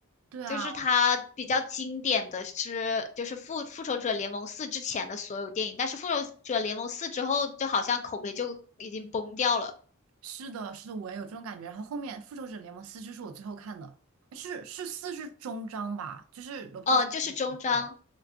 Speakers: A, on the right; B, on the left.
A: 对啊，
B: 就是它比较经典的是就是复复仇者联盟四之前的所有电影，但是复仇者联盟四之后就好像口碑就已经崩掉了。
A: 是的，是的，我也有这种感觉。然后后面《复仇者联盟四》就是我最后看的，是是四是终章吧，就是罗伯特·
B: 嗯，
A: 唐尼死掉了。
B: 就是终章。